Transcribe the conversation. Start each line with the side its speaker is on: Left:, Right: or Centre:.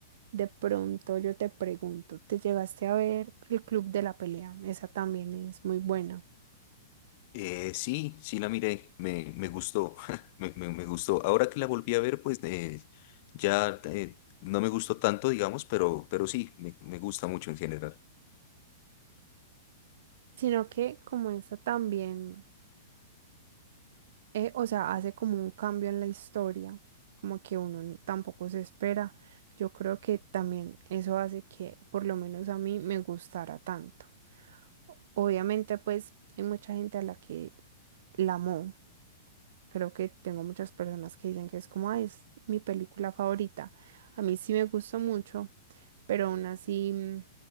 Right: De pronto yo te pregunto, ¿te llegaste a ver el Club de la Pelea? Esa también es muy buena.
Left: Eh, sí, sí la miré, me, me gustó, <laughs> me, me, me gustó. Ahora que la volví a ver, pues eh, ya eh, no me gustó tanto, digamos, pero, pero sí, me, me gusta mucho en general.
Right: Sino que como esa también, eh, o sea, hace como un cambio en la historia, como que uno n- tampoco se espera. Yo creo que también eso hace que por lo menos a mí me gustara tanto. Obviamente, pues hay mucha gente a la que la amó, Creo que tengo muchas personas que dicen que es como, "Ay, es mi película favorita. A mí sí me gustó mucho, pero aún así mm,